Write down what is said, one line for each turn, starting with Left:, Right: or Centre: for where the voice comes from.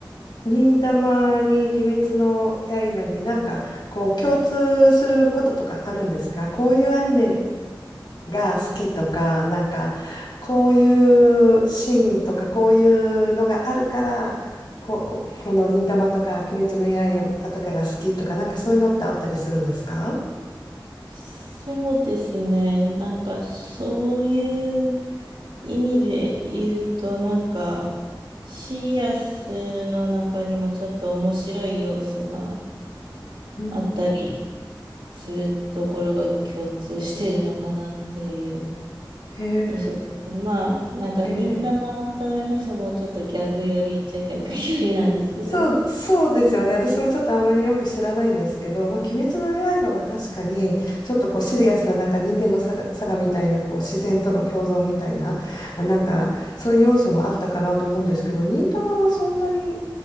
Left: 忍たまに鬼滅の刃になんか、こう、共通することとかあるんですかこういうアニメが好きとか、なんか、こういうシーンとか、こういうのがあるから、こ、こ、この忍たまとか、鬼滅の刃とかが好きとか、なんかそういうのってあったりするんですか
Right: そうですね。なんかそういう意味で言うと、なんかシリアスの中にもちょっと面白い要素が
Left: うん、
Right: あったりするところが共通してるのかなっていう。
Left: へえ、
Right: 印象ですね。まあ、なんか、
Left: ええ
Right: 忍たま乱太郎に関してはもうちょっとギャグ寄りっちゃギャグ寄りなんですけど、
Left: そう、そうですよね。私もちょっとあんまりよく知らないんですけど、まあ、鬼滅の刃は確かに、ちょっとこうシリアスな、なんか人間のさが、さがみたいな、こう自然との共存みたいな、なんかそういう要素もあったかなと思うんですけど、忍たまはそんなに